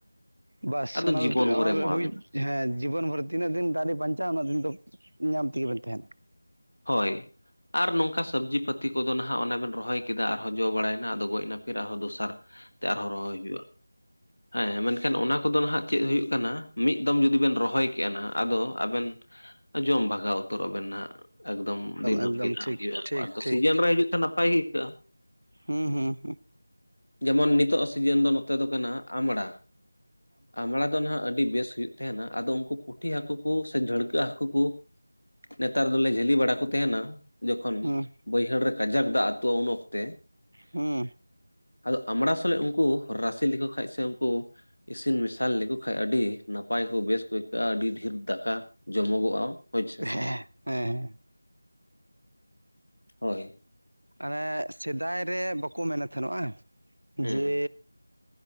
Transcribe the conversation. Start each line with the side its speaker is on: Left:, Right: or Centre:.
Right: ᱵᱟᱥ
Left: ᱟᱫᱚ
Right: ᱚᱱᱟ
Left: ᱡᱤᱵᱚᱱ
Right: ᱫᱚ
Left: ᱵᱷᱳᱨᱮ
Right: ᱚᱱᱟ
Left: ᱮᱢᱟᱣᱟᱵᱤᱱᱟ
Right: ᱫᱚ ᱦᱩᱭ ᱦᱮᱸ ᱡᱤᱵᱚᱱ ᱵᱷᱚᱨ ᱛᱤᱱᱟᱹᱜ ᱫᱤᱱ ᱫᱟᱨᱮ ᱵᱟᱧᱪᱟᱜᱼᱟ ᱩᱱᱟᱹᱜ ᱫᱤᱱ ᱫᱚ ᱧᱟᱢ ᱛᱮᱜᱮ ᱦᱩᱭᱩᱜ ᱛᱟᱸᱦᱮᱫ,
Left: ᱦᱳᱭ ᱟᱨ ᱱᱚᱝᱠᱟ ᱥᱚᱵᱽᱡᱤ ᱯᱟᱹᱛᱤ ᱠᱚᱫᱚ ᱱᱟᱦᱟᱜ ᱚᱱᱟ ᱵᱮᱱ ᱨᱚᱦᱚᱭ ᱠᱮᱫᱟ ᱟᱨᱦᱚᱸ ᱡᱚ ᱵᱟᱲᱟᱭᱱᱟ ᱟᱫᱚ ᱜᱚᱡᱱᱟ ᱯᱷᱮᱨ ᱟᱨᱦᱚᱸ ᱫᱚᱥᱟᱨ ᱛᱮ ᱟᱨᱦᱚᱸ ᱨᱚᱦᱚᱭ ᱦᱩᱭᱩᱜᱼᱟ ᱦᱮᱸ ᱢᱮᱱᱠᱷᱟᱱ ᱚᱱᱟ ᱠᱚᱫᱚ ᱱᱟᱦᱟᱜ ᱪᱮᱫ ᱦᱩᱭᱩᱜ ᱠᱟᱱᱟ ᱢᱤᱫ ᱫᱚᱢ ᱡᱩᱫᱤ ᱵᱮᱱ ᱨᱚᱦᱚᱭ ᱠᱮᱜᱼᱟ ᱱᱟᱦᱟᱜ ᱟᱫᱚ ᱟᱵᱮᱱ ᱡᱚᱢ ᱵᱷᱟᱜᱟᱣ ᱩᱛᱟᱹᱨᱚᱜᱼᱟ ᱵᱮᱱ ᱱᱟᱦᱟᱜ ᱮᱠᱫᱚᱢ ᱫᱤᱱᱟᱹᱢ
Right: ᱮᱠᱫᱚᱢ
Left: ᱜᱮ ᱦᱟᱸᱜ
Right: ᱴᱷᱤᱠ
Left: ᱦᱩᱭᱩᱜᱼᱟ
Right: ᱴᱷᱤᱠ ᱴᱷᱤᱠ
Left: ᱥᱤᱡᱮᱱ ᱨᱮ ᱦᱤᱡᱩᱜ ᱛᱮ ᱱᱟᱯᱟᱭ ᱜᱮ ᱟᱹᱭᱠᱟᱹᱜᱼᱟ
Right: ᱦᱩᱸ ᱦᱩᱸ ᱦᱩᱸ
Left: ᱡᱮᱢᱚᱱ ᱱᱤᱛᱚᱜ ᱟᱜ ᱥᱤᱡᱤᱱ ᱫᱚ ᱱᱚᱛᱮ ᱫᱚ ᱠᱟᱱᱟ ᱟᱢᱲᱟ ᱟᱢᱲᱟ ᱫᱚ ᱱᱟᱦᱟᱜ ᱟᱹᱰᱤ ᱵᱮᱥ ᱦᱩᱭᱩᱜ ᱛᱟᱦᱮᱸᱱᱟ ᱟᱫᱚ ᱩᱱᱠᱩ ᱯᱩᱴᱷᱤ ᱦᱟᱹᱠᱩ ᱠᱩ ᱥᱮ ᱰᱟᱹᱲᱠᱟᱹ ᱦᱟᱹᱠᱩ ᱠᱩ ᱱᱮᱛᱟᱨ ᱫᱚᱞᱮ ᱡᱷᱟᱹᱞᱤ ᱵᱟᱲᱟ ᱠᱚ ᱛᱟᱦᱮᱸᱱᱟ ᱡᱚᱠᱷᱚᱱ
Right: ᱦᱩᱸ
Left: ᱵᱟᱹᱭᱦᱟᱹᱲ ᱨᱮ ᱠᱟᱡᱟᱠ ᱫᱟᱜ ᱟᱹᱛᱩᱜᱼᱟ ᱩᱱ ᱚᱠᱛᱚ ᱛᱮ
Right: ᱦᱩᱸ
Left: ᱟᱫᱚ ᱟᱢᱲᱟ ᱥᱟᱞᱟᱜ ᱩᱱᱠᱩ ᱨᱟᱥᱮ ᱞᱮᱠᱚ ᱠᱷᱟᱡ ᱥᱮ ᱩᱱᱠᱩ ᱤᱥᱤᱱ ᱢᱮᱥᱟᱞ ᱞᱮᱠᱚ ᱠᱷᱟᱡ ᱟᱹᱰᱤ ᱱᱟᱯᱟᱭ ᱠᱚ ᱵᱮᱥ ᱠᱚ ᱟᱹᱭᱠᱟᱹᱜᱼᱟ ᱟᱹᱰᱤ ᱰᱷᱮᱨ ᱫᱟᱠᱟ ᱡᱚᱢᱚᱜᱚᱜᱼᱟ ᱦᱳᱭ ᱥᱮ
Right: ᱦᱮᱸ ᱦᱮᱸ
Left: ᱦᱳᱭ
Right: ᱟᱱᱮ ᱥᱮᱫᱟᱭ ᱨᱮ ᱵᱟᱠᱚ ᱢᱮᱱᱮᱫ ᱛᱟᱦᱮᱱᱚᱜᱼᱟ
Left: ᱦᱮᱸ
Right: ᱡᱮ